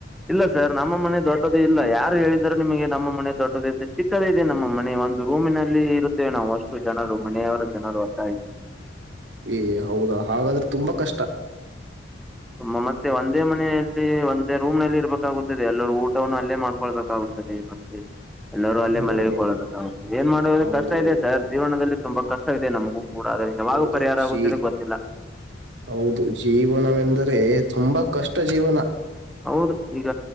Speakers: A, in the centre; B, on the right.
A: ಇಲ್ಲ ಸರ್ ನಮ್ಮ ಮನೆ ದೊಡ್ಡದು ಇಲ್ಲ ಯಾರು ಹೇಳಿದ್ರ ನಿಮಗೆ ನಮ್ಮ ಮನೆ ದೊಡ್ಡದುಇದೆ. ಚಿಕ್ಕದ ಇದೆ ನಮ್ಮ ಮನೆ ಒಂದು ರೂಮಿನಲ್ಲಿ ಇರುತ್ತೇವೆ ನಾವು ಅಷ್ಟು ಜನರು ಮನೆಯವರ ಜನರು <unintelligible>
B: ಏ ಹೌದಾ ಹಾಗಾದ್ರೆ ತುಂಬಾ ಕಷ್ಟ.
A: ತು ಮತ್ತೆ ಒಂದೇ ಮನೆಯಲ್ಲಿ ಒಂದೇ ರೂಮ್ ನಲ್ಲಿ ಇರ್ಬೇಕಾಗುತ್ತದೆ ಎಲ್ಲರೂ ಊಟ <unintelligible> ಅಲ್ಲೇ ಮಾಡ್ಕೊಳ್ಬೇಕಾಗುತ್ತದೆ ಮತ್ತೆ ಎಲ್ಲರೂ ಅಲ್ಲೇ
B: ಹೌದು
A: ಮನಿಕೋಲೋದು ಏನ್ ಮಾಡುವುದು
B: ಹೌದು
A: ಕಷ್ಟ
B: ಹೌದು
A: ಇದೆ ಸರ್ ಜೀವನದಲ್ಲಿ ತುಂಬಾ ಕಷ್ಟ ಇದೆ ನಮಗೂ ಕೂಡ ಅದರಿಂದ ಯಾವಾಗ
B: ಹೌದು
A: ಪರಿಹಾರ
B: ಜೀ
A: ಆಗುತ್ತಿದೆ ಗೊತ್ತಿಲ್ಲ
B: ಹೌದು ಜೀವನವೆಂದರೆ ತುಂಬಾ ಕಷ್ಟ ಜೀವನ.
A: ಹೌದು ಈಗ